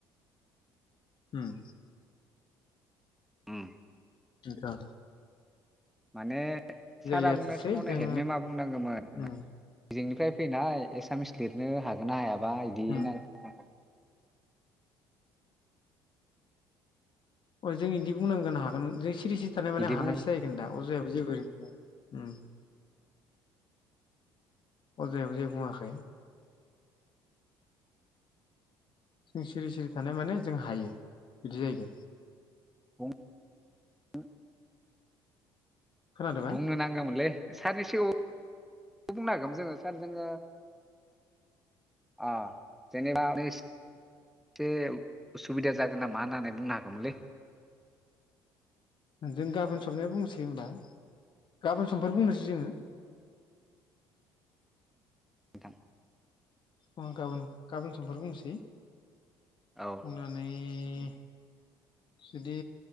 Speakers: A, on the left; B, in the centre.
A: उम।
B: उम।
A: ओनथ'
B: माने सारा
A: जाथोंसै
B: बुंनाय समावनो
A: जों
B: हेडमेमा बुंनांगोमोन
A: उम
B: जोंनिफाय फैनाय एसामिस लिरनो हागोन ना हाया बा इदि
A: उम
B: होननांगो आरो
A: अ जों इदि बुंनांगोन हागोन जों सि रि सिरि थानाय माने
B: बिदि
A: हानायसो जाहैगोन दा अजया <unintelligible> ओम अजयाबो जेबो बुङाखै। जों सिरि सिरि थानाय माने जों हायो बिदि जाहैगोन।
B: <unintelligible>
A: खोनादोंबा
B: बुंनो नांगोमोनलै सारनि सिगाङाव बुंनो हागोमोन जोङो सार जोङो आ जेनेबा एस से उसुबिदा जागोन नामा होननानै बुंनो हागोमोनलै।
A: जों गाबोन सबनिया बुंनोसै होमबा गाबोन समफोर बुंनोसै जोङो।
B: नोंथां।
A: उम गाबोन गाबोन समफोर बुंसै।
B: औ
A: बुंनानै ए जुदि